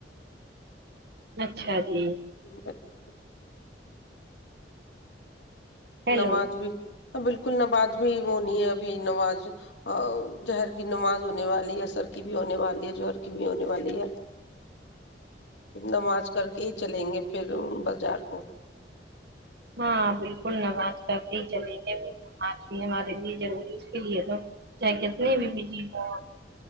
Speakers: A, on the right (about 60°); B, on the left (about 85°).
A: اچھا جی <inaudible>
B: ا <inaudible>
A: ہیلو
B: نماز بھی <unintelligible> بالکل نماز بھی وہ نہیں ہے ابھی نماز جوہر کی نماز ہونے والی ہے سر کی بھی ہونے والی ہے جوہر کی بھی ہونے والی ہے نماز کر کے ہی چلیں گے پھر بازار کو <unintelligible>
A: ہاں بالکل نماز کرتے ہی چلیں گے وہ نماز پنے والارے لی ضروری اس کے لیے تو کیا کہ <unintelligible> ات نے بھی بھیج <unintelligible>